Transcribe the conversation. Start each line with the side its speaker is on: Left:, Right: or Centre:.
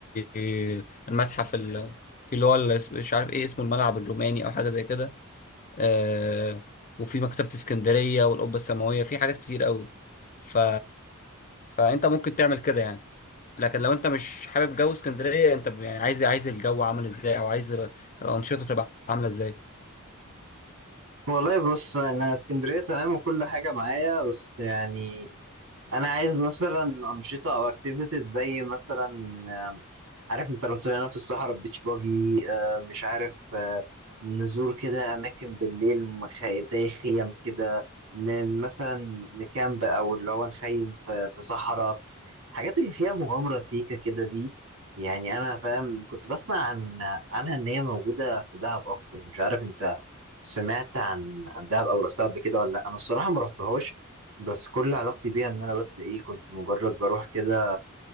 Left: آه، المتحف ال... في اللي هو ال- مش عارف ايه اسمه الملعب الروماني أو حاجة زي كده آه وفي مكتبة اسكندرية والقبة السماوية في حاجات كتير قوي ف... فأنت ممكن تعمل كده يعني لكن لو انت مش حابب جو اسكندرية انت ب- يعني عايز عايز الجو عامل ازاي او عايز ال- الأنشطة تبقى عاملة ازاي
Right: والله بص انا اسكندريه تمام وكل حاجه معايا بس يعني انا عايز مثلا انشطه او اكتيفيتيز زي مثلا آم، عارف انت لو طلعنا في الصحراء بيتش باجي آه، مش عارف آه، نزور كده اماكن بالليل مخ- زي خيم كده ن- مثلا نكامب او اللي هو نخيم في في صحراء الحاجات اللي فيها مغامره سيكه كده دي يعني انا فاهم كنت بسمع عن عنها ان هي موجوده في دهب اكتر مش عارف انت سمعت عن عن دهب او رحتها قبل كده ولا لا انا الصراحه ما رحتهاش بس كل علاقتي بيها ان انا بس ايه كنت مجرد بروح كده